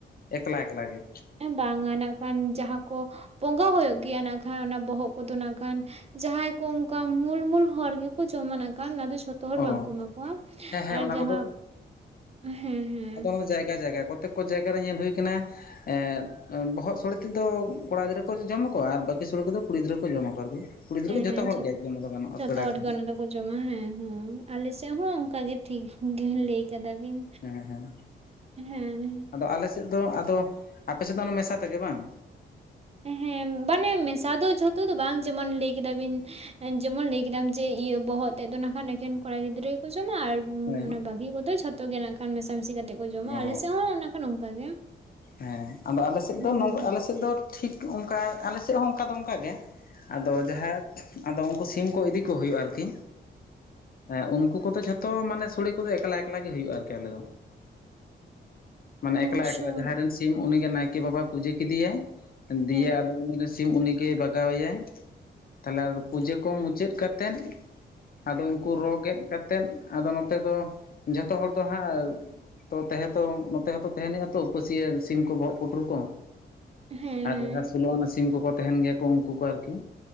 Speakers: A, on the left; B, on the right.
A: ᱮᱠᱞᱟ ᱮᱠᱞᱟ ᱜᱮ?
B: ᱵᱟᱝᱟ ᱱᱟᱜ ᱠᱷᱟᱱ ᱡᱟᱦᱟᱸ ᱠᱚ ᱵᱚᱸᱜᱟ ᱦᱩᱭᱩᱜ ᱜᱮᱭᱟ ᱱᱟᱜ ᱠᱷᱟᱱ ᱚᱱᱟ ᱵᱚᱦᱚᱜ ᱠᱚᱫᱚ ᱱᱟᱜ ᱠᱷᱟᱱ ᱡᱟᱦᱟᱭ ᱠᱚ ᱚᱱᱠᱟ ᱢᱩᱞ ᱢᱩᱞ ᱦᱚᱲ ᱜᱮ ᱠᱚ ᱡᱚᱢᱟ ᱱᱟᱸᱜ ᱠᱷᱟᱱ ᱚᱱᱟ ᱫᱚ ᱡᱚᱛᱚ ᱡᱚᱛᱚ ᱦᱚᱲ
A: ᱚ
B: ᱵᱟᱝ ᱠᱚ ᱮᱢᱟ ᱠᱚᱣᱟ,
A: ᱦᱮᱸ ᱦᱮᱸ
B: ᱟᱨ
A: ᱚᱱᱟ
B: ᱡᱟᱦᱟ
A: ᱠᱚᱫᱚ
B: ᱦᱮᱸ ᱦᱮᱸ᱾
A: ᱟᱫᱚ ᱚᱱᱟ ᱫᱚ ᱡᱟᱭᱜᱟ ᱡᱟᱭᱜᱟ ᱠᱚᱛᱮᱠ ᱠᱚ ᱡᱟᱭᱜᱟ ᱨᱮ ᱧᱮᱞ ᱦᱩᱭ ᱠᱟᱱᱟ ᱮ ᱵᱚᱦᱚᱜ ᱥᱳᱲᱮ ᱛᱮᱫᱚ ᱠᱚᱲᱟ ᱜᱤᱫᱽᱨᱟᱹ ᱠᱚ ᱡᱚᱢᱟ ᱾ ᱠᱚ ᱟᱨ ᱵᱟᱠᱤ ᱥᱳᱲᱮ ᱠᱚᱫᱚ ᱠᱩᱲᱤ ᱜᱤᱫᱽᱨᱟᱹ ᱠᱚ ᱡᱚᱢᱟ ᱠᱚ ᱟᱨ ᱠᱤ ᱠᱩᱲᱤ ᱜᱤᱫᱽᱨᱟᱹ
B: ᱦᱮᱸ
A: ᱡᱷᱚᱛᱚ
B: ᱦᱮᱸ
A: ᱦᱚᱲ ᱜᱮ ᱟᱨ ᱠᱤ ᱚᱱᱟ ᱫᱚ ᱜᱟᱱᱚᱜᱼᱟ
B: ᱡᱷᱚᱛᱚ
A: ᱯᱮᱲᱟ
B: ᱦᱚᱲ
A: ᱠᱚ
B: ᱜᱮ
A: ᱦᱚᱸ᱾
B: ᱚᱱᱟ ᱫᱚᱠᱚ ᱡᱚᱢᱟ ᱦᱮᱸ ᱦᱮᱸ ᱟᱞᱮ ᱥᱮᱫ ᱦᱚᱸ ᱚᱱᱠᱟ ᱜᱮ ᱴᱷᱤᱠ ᱜᱮ ᱞᱟᱹᱭ ᱠᱟᱫᱟ ᱵᱤᱱ᱾
A: ᱦᱮᱸ ᱦᱮᱸ
B: ᱦᱮᱸ
A: ᱟᱫᱚ ᱟᱞᱮ ᱥᱮᱫ ᱫᱚ ᱟᱫᱚ ᱟᱯᱮ ᱥᱮᱫ ᱫᱚ ᱚᱱᱟ ᱢᱮᱥᱟ ᱛᱮᱜᱮ ᱵᱟᱝ?
B: ᱦᱮᱸ ᱢᱟᱱᱮ ᱢᱮᱥᱟ ᱫᱚ ᱡᱷᱚᱛᱚ ᱫᱚ ᱵᱟᱝ ᱡᱮ ᱢᱚᱱ ᱞᱟᱹᱭ ᱠᱮᱫᱟ ᱵᱤᱱ ᱡᱮᱢᱚᱱ ᱞᱟᱹᱭ ᱠᱮᱫᱟᱢ ᱡᱮ ᱤᱭᱟᱹ ᱵᱚᱦᱚᱜ ᱛᱮᱫ ᱫᱚ ᱱᱟᱸᱜ ᱠᱷᱟᱱ ᱮᱠᱮᱱ ᱠᱚᱲᱟ ᱜᱤᱫᱽᱨᱟᱹ ᱠᱚ ᱡᱚᱢᱟ ᱟᱨ
A: ᱦᱮᱸ
B: ᱚᱱᱟ ᱵᱟᱹᱜᱤ ᱠᱚᱫᱚ ᱡᱷᱚᱛᱚ ᱜᱮ ᱱᱟᱸᱜ ᱠᱷᱟᱱ ᱢᱮᱥᱟ ᱢᱤᱥᱤ ᱠᱟᱛᱮᱫ ᱠᱚ ᱡᱚᱢᱟ
A: ᱚ
B: ᱟᱞᱮ ᱥᱮᱫ ᱦᱚᱸ ᱚᱱᱟ ᱚᱱᱠᱟ ᱜᱮ᱾
A: ᱦᱮᱸ ᱟᱫᱚ ᱟᱞᱮ ᱥᱮᱫ
B: ᱦᱮᱸ
A: ᱫᱚ ᱱᱚᱝ ᱟᱞᱮ ᱥᱮᱫ ᱫᱚ ᱴᱷᱤᱠ ᱚᱱᱠᱟ ᱟᱞᱮ ᱥᱮᱫ ᱦᱚᱸ ᱚᱱᱠᱟ ᱫᱚ ᱚᱱᱠᱟ ᱜᱮ ᱟᱫᱚ <unintelligible> ᱟᱫᱚ ᱩᱱᱠᱩ ᱥᱤᱢ ᱠᱚ ᱤᱫᱤ ᱠᱚ ᱦᱩᱭᱩᱜᱼᱟ ᱟᱨᱠᱤ᱾ ᱦᱮᱸ ᱩᱱᱠᱩ ᱠᱚᱫᱚ ᱡᱷ ᱛᱚ ᱢᱟᱱᱮ ᱥᱳᱲᱮ ᱠᱚᱫᱚ ᱮᱠᱞᱟ ᱮᱠᱞᱟ ᱜᱮ ᱦᱳᱭᱳᱜᱼᱟ ᱟᱨᱠᱤ ᱟᱞᱮ ᱫᱚ ᱢᱟᱱᱮ
B: ᱚᱵᱚᱥᱥᱚ
A: ᱮᱠᱞᱟ ᱮᱠᱞᱟ᱾ ᱡᱟᱦᱟᱸᱭ ᱥᱤᱢ ᱩᱱᱤ ᱜᱮ ᱱᱟᱭᱠᱮ ᱵᱟᱵᱟᱭ ᱯᱩᱡᱟᱹ ᱠᱮᱫᱤ ᱭᱟᱭ ᱫᱤᱭᱮ
B: ᱦᱮᱸ
A: ᱟᱫᱚ ᱩᱱᱤ ᱨᱮᱱ ᱥᱤᱢ ᱩᱱᱤ ᱜᱮᱭ ᱵᱟᱜᱟᱣ ᱮᱭᱟᱭ ᱛᱟᱦᱞᱮ ᱟᱫᱚ ᱯᱩᱡᱟᱹ ᱠᱚ ᱢᱩᱪᱟᱹᱫ ᱠᱟᱛᱮᱫ᱾ ᱟᱫᱚ ᱩᱱᱠᱩ ᱨᱚ ᱜᱮᱫ ᱠᱟᱛᱮᱜ ᱟᱫᱚ ᱱᱚᱛᱮ ᱫᱚ ᱡᱷᱚᱛᱚ ᱦᱚᱲ ᱫᱚ ᱦᱟᱸᱜ ᱛᱚ ᱛᱟᱦᱮᱸ ᱛᱚ ᱱᱚᱛᱮ ᱦᱚᱸᱛᱚ ᱛᱟᱦᱮᱸᱱ ᱦᱚᱭᱩᱼᱟ᱾ ᱛᱚ ᱩᱯᱟᱹ ᱥᱤᱭᱟᱹ ᱥᱤᱢ ᱠᱚ ᱵᱚᱦᱚᱜ ᱯᱩᱴᱩᱨ ᱠᱚ
B: ᱦᱮᱸ
A: ᱟᱨ
B: ᱦᱮᱸ
A: ᱡᱟᱦᱟ ᱥᱳᱞᱳ ᱟᱱᱟ ᱥᱤᱢ ᱠᱚᱠᱚ ᱛᱟᱦᱮᱱ ᱜᱮᱭᱟ ᱠᱚ ᱩᱱᱠᱩ ᱠᱚ ᱟᱨᱠᱤ